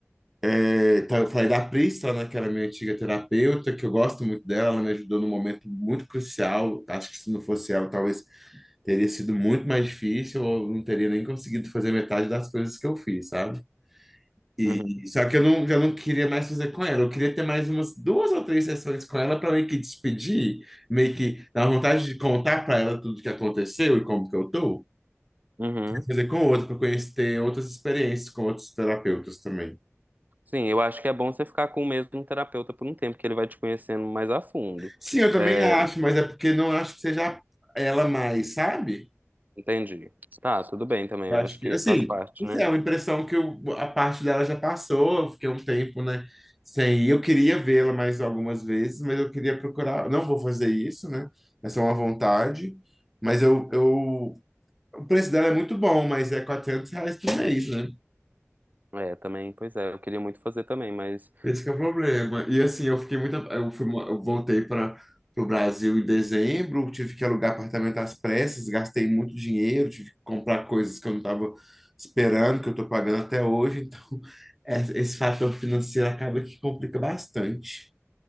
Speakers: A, in the centre; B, on the right (about 35°).
A: É, Tá, Eu falei da Priscila, né, que era minha antiga terapeuta, que eu gosto muito dela, ela me ajudou num momento muito crucial. Acho que se não fosse ela, talvez teria sido muito mais difícil, ou não teria nem conseguido fazer metade das coisas que eu fiz, sabe? E
B: Uhum.
A: só que eu não, eu não queria mais fazer com ela. Eu queria ter mais umas duas ou três sessões com ela para meio que despedir, meio que dar vontade de contar para ela tudo que aconteceu e como que eu tô.
B: Uhum.
A: Fazer com outra, para conhecer ter outras experiências com outros terapeutas também.
B: Sim, eu acho que é bom você ficar com o mesmo terapeuta por um tempo, que ele vai te conhecendo mais a fundo.
A: Sim, eu também
B: É,
A: acho, mas é porque não acho que seja ela mais, sabe?
B: entendi. Tá, tudo bem também,
A: Eu
B: eu
A: acho
B: acho
A: que,
B: que
A: assim,
B: faz parte,
A: não sei,
B: né?
A: é uma impressão que eu- a parte dela já passou, eu fiquei um tempo, né, sem ir. Eu queria vê-la mais algumas vezes, mas eu queria procurar. Não vou fazer isso, né? Essa é só uma vontade. Mas eu, eu, o preço dela é muito bom, mas é 400 reais por mês, né?
B: É, também, pois é, eu queria muito fazer também, mas
A: Esse que é o problema. E assim, eu fiquei muito. Eu, fui, mo- eu voltei para o Brasil em dezembro, tive que alugar apartamento às pressas, gastei muito dinheiro, tive que comprar coisas que eu não estava esperando, que eu estou pagando até hoje. Então, <laughs> es- esse fator financeiro acaba que complica bastante.